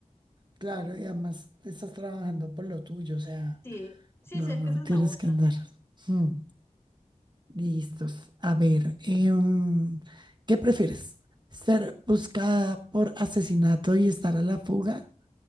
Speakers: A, on the right; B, on the left.
A: claro, y además estás trabajando por lo tuyo, o sea,
B: sí, sí,
A: no,
B: sí, es
A: no
B: que esa es
A: tienes
B: la otra.
A: que andar. mm, Listos. A ver, em, ¿qué prefieres? ¿Ser buscada por asesinato y estar a la fuga?